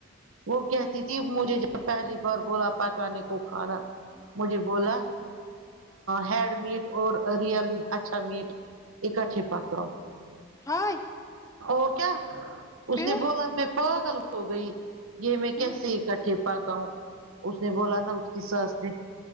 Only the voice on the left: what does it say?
ہم،
ہائے
پھر
ہم